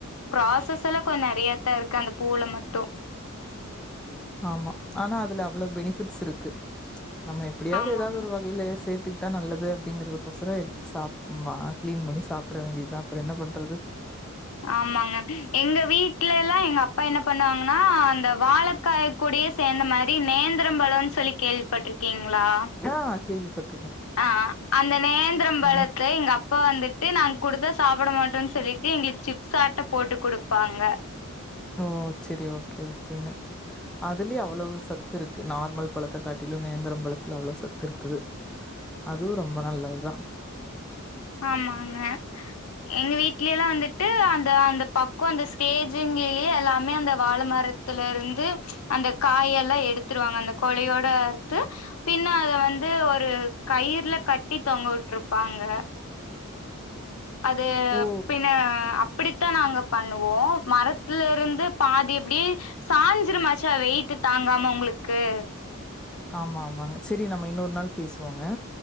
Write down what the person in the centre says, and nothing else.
ஆமா ஆனா அதுல அவ்ள பெனிஃபிட்ஸ் இருக்கு நம்ம எப்டியாது
ஏதாது ஒரு வகைல சேத்து கிட்டா நல்லது அப்டிங்கது ஒசரோ எடுத்து சாப் ப கிளீன் பண்ணி சாப்ட வேண்டியதா அப்ற என்ன பண்றது
ஆ கேள்வி பட்
ம்
ஓ செரி ஓகே ஓகேங்க அதுலயே அவ்ளவு சத்து இருக்கு நார்மல் பழத்த காட்டிலு நேந்திர பழத்துல அவ்ள சத்து இருக்குது அதுவு ரொம்ப நல்லது தா
ஓ
ஆமா ஆமாங்க சரி நம்ம இன்னோர் நாள் பேசுவோங்க